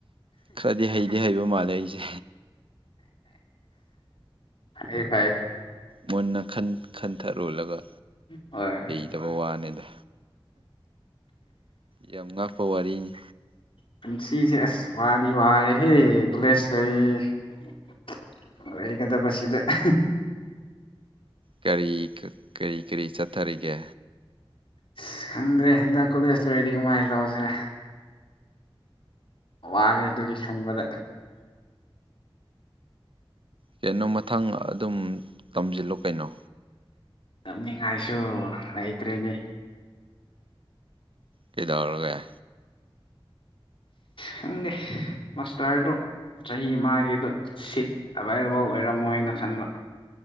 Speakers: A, on the right; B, on the left.
A: ꯈꯔꯗꯤ ꯍꯩꯗꯤ ꯍꯩꯕ ꯃꯥꯜꯂꯦ ꯑꯩꯁꯦ꯫
B: ꯍꯩ ꯍꯩ
A: ꯃꯨꯟꯅ ꯈꯟ ꯈꯟꯊꯔꯣꯜꯂꯒ
B: ꯍꯣꯏ
A: ꯇꯕ ꯋꯥꯅꯦꯗ ꯌꯥꯝ ꯉꯥꯛꯄ ꯋꯥꯔꯤꯅꯤ꯫
B: ꯄꯨꯟꯁꯤꯁꯦ ꯑꯁ ꯋꯥꯗꯤ ꯋꯥꯔꯦꯍꯦ ꯀꯣꯂꯦꯖ <unintelligible> ꯑꯣꯏꯒꯗꯕꯁꯤꯗ ꯑꯍꯥ
A: ꯀꯔꯤ ꯀꯥ ꯀꯔꯤ ꯀꯔꯤ ꯆꯠꯊꯔꯤꯒꯦ
B: ꯑꯁ ꯈꯪꯗ꯭ꯔꯦ ꯍꯟꯗꯛ ꯀꯣꯂꯦꯖ ꯂꯣꯏꯔꯗꯤ ꯀꯃꯥꯏꯅ ꯇꯧꯁꯤꯔꯥ ꯋꯥꯔꯦ ꯑꯗꯨꯒꯤ ꯈꯟꯕꯗ
A: ꯀꯩꯅꯣ ꯃꯊꯪ ꯑꯗꯨꯝ ꯇꯝꯁꯤꯜꯂꯣ ꯀꯩꯅꯣ
B: ꯇꯝꯅꯤꯡꯉꯥꯏꯁꯨ ꯂꯩꯇ꯭ꯔꯦꯅꯦ
A: ꯀꯩꯗꯧꯔꯒꯦ
B: ꯈꯪꯗꯦ ꯃꯥꯁꯇꯔꯗꯣ ꯆꯍꯤ ꯑꯃꯒꯤꯗꯣ ꯁꯤꯠ ꯑꯦꯕꯥꯏꯂꯦꯕꯜ ꯑꯣꯏꯔꯝꯃꯣꯏꯅ ꯈꯟꯕ